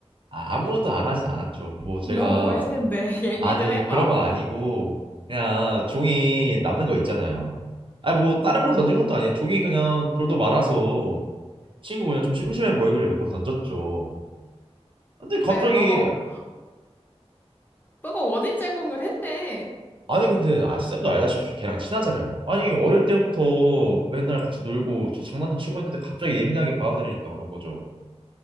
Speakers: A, on the right (about 50°); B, on the left (about 15°).
A: 아, 아무것도 안 하진 않았죠. 뭐 제가
B: 너 뭐 했는데 <laughs> 얘기를
A: 아니,
B: 해봐.
A: 그런 건 아니고, 그냥 종이 남는 거 있잖아요. 아니, 뭐, 다른
B: 음.
A: 걸 던진 것도 아니에요. 종이 그냥 돌도 말아서 친구 그냥 좀 심심해 보이길래 몇 번 던졌죠. 근데
B: 그래,
A: 갑자기,
B: 너가 뭐 너가 원인 제공을 했네.
A: 아니, 근데, 아, 쌤도 알다시피 걔랑 친하잖아요. 아니, 어릴 때부터 맨날 같이 놀고 저 장난도 치고 했는데 갑자기 예민하게 받아들이니까 그런 거죠.